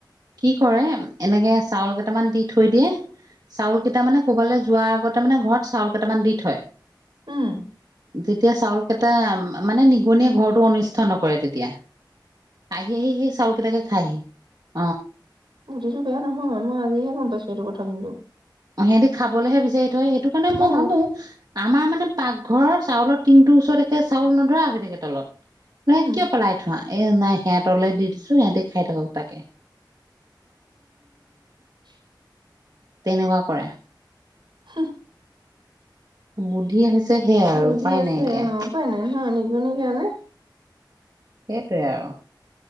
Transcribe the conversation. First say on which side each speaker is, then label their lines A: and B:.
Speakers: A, on the right; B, on the right.
A: কি কৰে এনেকে চাউল কেইটামান দি থৈ দিয়ে চাউল কেইটা মানে শুবলৈ যোৱাৰ আগতে মানে ঘৰত চাউল কেইটামান দি থয়
B: উম
A: যেতিয়া চাউল কেইটা মানে নিগনিয়ে ঘৰটো অনিষ্ট নকৰে তেতিয়া আহি আহি সেই চাউলকিতাকে খায় সি
B: বুদ্ধি টো বেয়া নহয় মই আজিহে গম পাইছো এইটো কথা কিন্তু
A: সিহঁতি খাবলেহে বিচাৰি থয় সেইটো কাৰণে মই
B: অ
A: ভাবো আমাৰ মানে পাকঘৰৰ চাউলৰ টিংটোৰ ওচৰতে চাউল নধৰা হৈ থাকে তলত বোলে
B: উম
A: কিয় পেলাই থোৱা এ নাই সিহঁতলৈ দি দিছো সিহঁতে খাই থাকক তাকে
B: উ <inaudible>
A: তেনেকুৱা কৰে
B: হোম <inaudible>
A: বুদ্ধিয়ে হৈছে সেয়াই আৰু
B: বুদ্ধি
A: উপায়
B: আছে
A: নাই এতিয়া
B: অ উপাই নাই নহয় মণিকা নে
A: সেইটোৱে আৰু